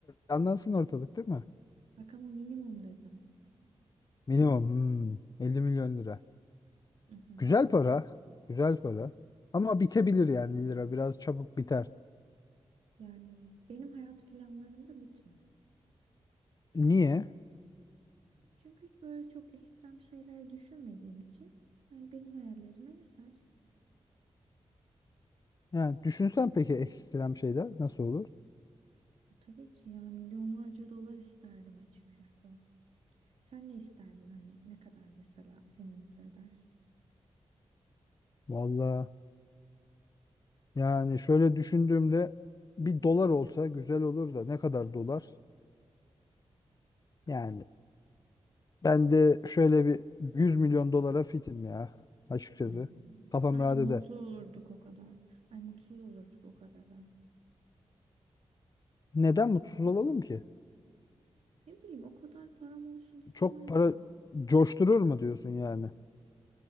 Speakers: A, on the left; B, on the right.
A: Canlansın ortalık değil mi?
B: Bak ama minimum dedim.
A: Minimum hmm, 50 milyon lira.
B: Hı hı.
A: Güzel para. Güzel para. Ama bitebilir yani lira. Biraz çabuk biter.
B: Yani benim hayat planlarım da bitmez.
A: Niye?
B: Çünkü hiç böyle çok ekstrem şeyler düşünmediğim için yani benim hayallerime yeter.
A: Yani düşünsen peki ekstrem şeyler nasıl olur?
B: Ya tabii ki ya milyonlarca dolar isterdim açıkçası. Sen ne isterdin hani ne kadar mesela seni mutlu eder?
A: Vallahi yani şöyle düşündüğümde bir dolar olsa güzel olur da ne kadar dolar? Yani ben de şöyle bir 100 milyon dolara fitim ya açıkçası.
B: Ay,
A: Kafam
B: bence
A: rahat
B: mutlu
A: eder.
B: olurduk o kadar. Ay mutsuz olurduk o kadar ha.
A: Neden mutsuz olalım ki?
B: Ne bileyim o kadar param olsun istemezdim.
A: Çok para coşturur mu diyorsun yani?